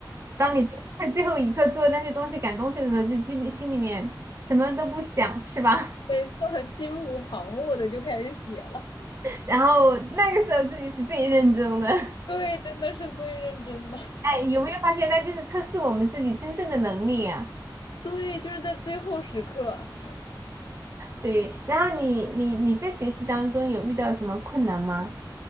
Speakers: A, on the right (about 35°); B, on the left (about 70°).
A: 当你在 <laughs> 最后一刻做那些东西、赶东西的时候，就心里心里面什么都不想，是吧？
B: 没错，心无旁骛的就开始写了。
A: <laughs> 然后那个时候自己是最认真的。<laughs>
B: 对，真的是最认真的。<laughs>
A: 哎，有没有发现，那就是测试我们自己真正的能力啊？
B: 对，就是在最后时刻。
A: 对。然后你你你在学习当中有遇到什么困难吗？